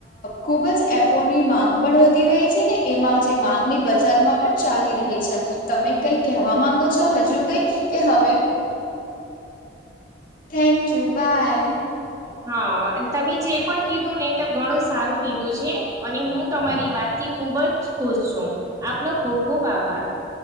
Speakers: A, on the left (about 45°); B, on the right (about 20°).
A: ખુબ જ એપો ની માંગ પણ વધી રહી છે ને એમાં જે માંગની બજારમાં પણ ચાલી રહી છે તમે કઈ કવા માંગો છો હજુ કઈ કે હવે થેન્ક યુ. બાય
B: હા તમે જે પણ કીધું ને તે ઘણું સારું કીધું છે અને હું તમારી વાત થી ખુબ જ ખુશ છું આપનો ખૂબ ખુબ આભાર.